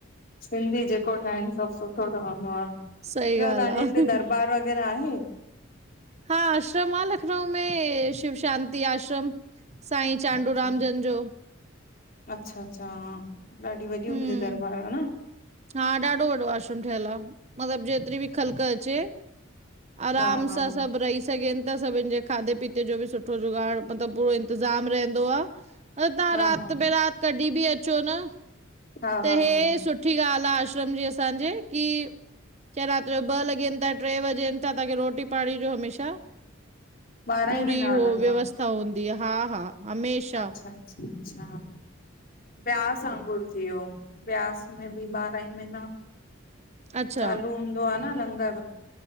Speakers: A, on the left; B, on the right.
A: सिंधी जेको ठाहिन सभु सुठो ठहंदो आ। ॿियो
B: सही ॻाल्हि
A: तव्हांजे
B: आ
A: हिते दरबारु वग़ैरह आहे?
B: हा आश्रम आ लखनऊ में शिव शांति आश्रम। साईं चांडूराम
A: अच्छा!
B: जन जो
A: अचछा- अच्छा, हां। ॾाढी वॾी हूंदी
B: हूं
A: दरबार ह न?
B: हा ॾाढो वॾो आश्रम ठहियल आ मतलब जेतिरी बि ख़लक अचे आराम
A: हा हा
B: सां सभु रही सघन ता, सभिनि जे खाधे पीते जो बि सुठो जुगाड़ मतलब पूरो इंतिज़ाम रहंदो आ अरे तव्हां
A: हा
B: राति
A: हा
B: बे राति कढी बि अचो न
A: हा
B: त
A: हा
B: हे
A: हा
B: सुठी ॻाल् आ आश्रम जी असांजे कि चाहे रात जो ॿ लगिन था, ट्रे वगिन था तव्हांखे रोटी पाणी जो हमेशा
A: ॿारहां
B: पूरी
A: ई महीना
B: हो
A: हलंदो
B: व्यवस्था
A: आहे
B: हूंदी आ, हा हा। हमेशा
A: अच्छा अच्छा अच्छा अच्छा। ब्यास वांगुर थी वियो, ब्यास में बि ॿारहां ही महीना
B: अच्छा
A: चालू हुदो आ न लंगर,